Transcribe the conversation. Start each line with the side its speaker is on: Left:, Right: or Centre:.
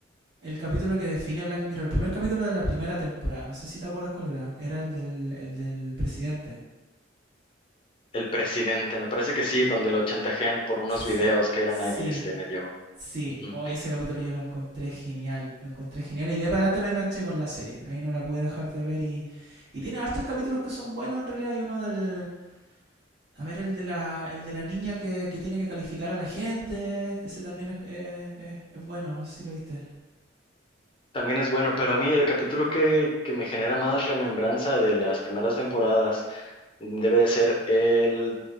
Right: el capítulo que define Black Mirror. El primer capítulo de la primera temporada. No sé si te acuerdas cuál era. Era el del, el del presidente.
Left: El presidente, me parece que sí, donde lo chantajean por unos
Right: Sí,
Left: videos que eran
Right: sí.
Left: ahí este medio.
Right: Sí,
Left: Ujú.
Right: hoy ese capítulo yo lo encontré genial, lo encontré genial y de ahí para adelante me enganché con la serie, ahí no la pude dejar de ver y, y tiene hartos capítulos que son buenos en realidad, hay uno del, a ver, el de la, el de la niña que, que tiene que calificar a la gente, ese también es, eh, es- es bueno, no sé si lo viste.
Left: También es bueno, pero a mí el capítulo que, que me genera más remembranza de las primeras temporadas Debe de ser el,